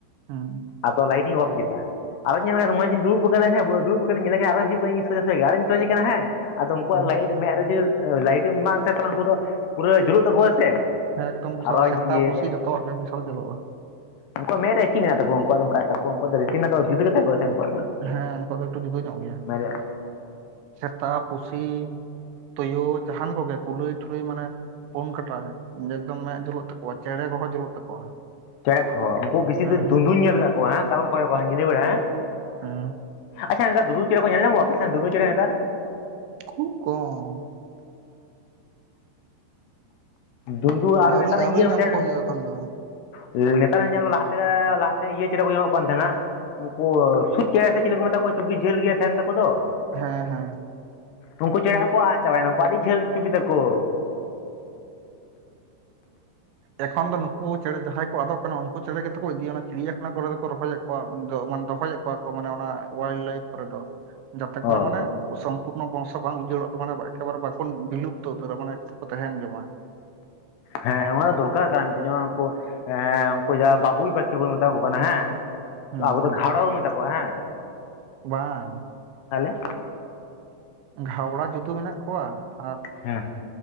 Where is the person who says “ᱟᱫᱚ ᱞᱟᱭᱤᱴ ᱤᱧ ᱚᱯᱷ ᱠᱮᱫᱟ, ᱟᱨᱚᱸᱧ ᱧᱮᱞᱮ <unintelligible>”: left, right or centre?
Left